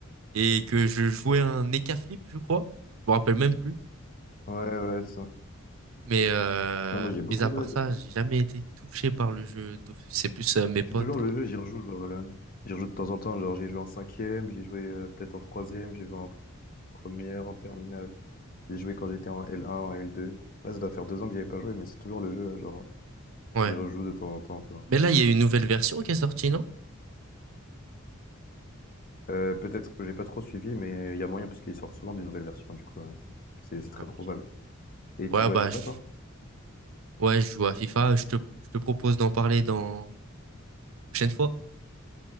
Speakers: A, on the right; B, on the left.
A: et que je jouais un flip, je crois. Je me rappelle même plus.
B: ouais, ouais, ça.
A: Mais, euh,
B: Ouais, moi, j'ai beaucoup
A: mis à
B: joué
A: part
B: à Dofus.
A: ça, j'ai jamais
B: hein.
A: été touché par le jeu d'office. C'est plus euh, mes potes.
B: C'est toujours le
A: euh.
B: jeu, j'y rejoue, genre, euh, j'y rejoue de temps en temps, genre j'ai joué en cinquième, j'ai joué euh, peut-être en troisième, j'ai joué en première, en terminale, j'ai joué quand j'étais en L1, en L2. Là, ça doit faire deux ans que j'y avais pas joué, mais c'est toujours le jeu, hein, genre
A: Ouais.
B: j'y rejoue de temps en temps, tu vois.
A: Mais là, il y a une nouvelle version qui est sortie, non?
B: Euh, peut-être que j'ai pas trop suivi, mais il y a moyen parce qu'ils sortent souvent des nouvelles versions, du coup, euh, c'est c'est
A: Ouais,
B: très
A: ok.
B: probable. Et
A: Ouais,
B: tu joues
A: bah,
B: à FIFA,
A: je...
B: toi?
A: ouais, je joue à FIFA. Je te, je te propose d'en parler dans prochaine fois.